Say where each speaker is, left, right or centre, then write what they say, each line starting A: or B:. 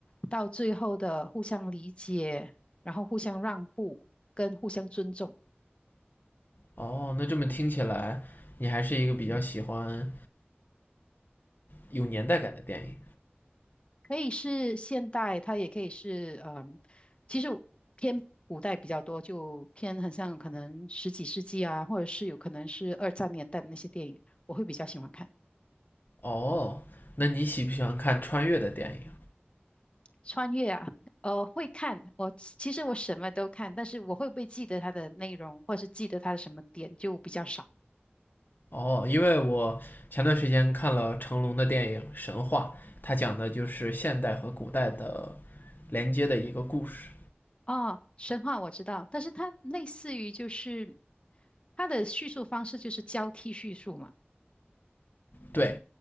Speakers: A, on the left; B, on the left.
A: 到最后的互相理解，然后互相让步跟互相尊重，
B: 哦，那这么听起来，你还是一个比较喜欢。有年代感的电影。
A: 可以是现代，它也可以是嗯，其实偏古代比较多，就偏很像可能十几世纪啊，或者是有可能是二战年代的那些电影，我会比较喜欢看。
B: 哦，那你喜不喜欢看穿越的电影？
A: 穿越啊，呃，会看。我其实我什么都看，但是我会不会记得它的内容，或是记得它的什么点，就比较少。
B: 哦，因为我前段时间看了成龙的电影《神话》，它讲的就是现代和古代的连接的一个故事。
A: 啊。神话我知道，但是它类似于就是它的叙述方式就是交替叙述嘛，
B: 对，